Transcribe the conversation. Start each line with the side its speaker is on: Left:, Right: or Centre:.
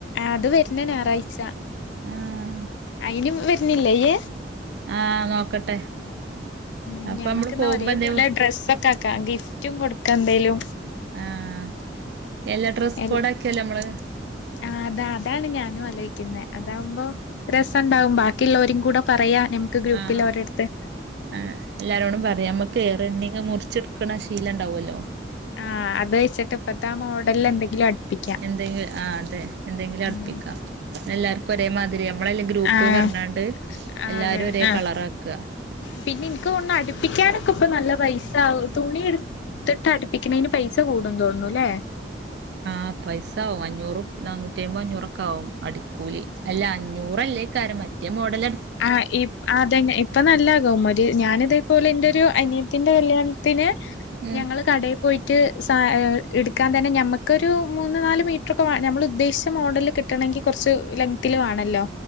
Left: അത് വരുന്ന ഞായറാഴ്ച
Right: ആഹ്
Left: അയിന് വ് ന്നില്ലേയ്
Right: ആഹ് നോക്കട്ടെ
Left: ഉം
Right: അപ്പൊ
Left: ഞമ്മക്ക്ന്നാ
Right: നമ്മള് പോകുമ്പോ
Left: ഒരേപോലെ
Right: എന്തേ
Left: ഡ്രസ്സൊക്കെ ആക്കാം ഗിഫ്റ്റും കൊടുക്കാൻ എന്തേലും
Right: ആഹ് എല്ലാ ഡ്രസ്സ്
Left: എല്ല
Right: കോഡ് ആക്ക്യാലോ ഞമ്മള്
Left: ആഹ് അതാ അതാണ് ഞാനും ആലോയിക്കുന്നേ അതാവുമ്പോ രസംണ്ടാവും ബാക്കിയിള്ളവരും കൂടെ പറയാ ഞമുക്ക് ഗ്രൂപ്പില്
Right: ആഹ്
Left: ഓരടുത്ത്
Right: ആഹ് എല്ലാരോടും പറയാം ഞമ്മക്ക് റെണ്ണിങ്ങ് മുറിച്ചെടുക്കണ ശീലംണ്ടാവോല്ലോ
Left: ആഹ് അത് വെച്ചിട്ട് ഇപ്പത്താ മോഡലിൽ എന്തെങ്കിലും അടുപ്പിക്കാം
Right: എന്തെങ്കി ആഹ് അതെ എന്തെങ്കിലും അടുപ്പിക്കാം
Left: ഉം
Right: എല്ലാർക്കും ഒരേ മാതിരി നമ്മളെല്ല ഗ്രൂപ്പ്
Left: ആഹ്
Right: പറഞ്ഞാണ്ട്
Left: അതെ
Right: എല്ലാരും ഒരേ
Left: ആഹ്
Right: കളറ് ആക്കാ
Left: പിന്നെ ഇനിക്ക് തോണ അടുപ്പിക്കാനൊക്കെ ഇപ്പ നല്ല പൈസാവു തുണി എടു ത്തട്ട് അടുപ്പിക്കണേന് പൈസ കൂടും തോൻണുല്ലേ
Right: ആഹ് പൈസ ആവും അഞ്ഞൂറ് നാനൂറ്റി അയ്മ്പത് അഞ്ഞൂറ് ഒക്കെ ആവും അടി കൂലി അല്ല അഞ്ഞൂറല്ലേക്കാരം മറ്റേ മോഡലടു,
Left: ആഹ്ഇപ് ആത് ഇതെന്നെ ഇപ്പം നല്ലാകും മര് ഞാനിതേപോലെ എന്റൊരു അനിയത്തിന്റെ കല്യാണത്തിന്
Right: ഉം
Left: ഞങ്ങള് കടേ പോയി ട്ട് സ ഏഹ് എടുക്കാൻ തന്നെ നമ്മക്കൊരു മൂന്ന് നാല് മീറ്ററൊക്കെ വേ ഞമ്മള് ഉദ്ദേശിച്ച മോഡല് കി ട്ടണെങ്കി കുറച്ച് ലെങ്ത്തില് വേണല്ലോ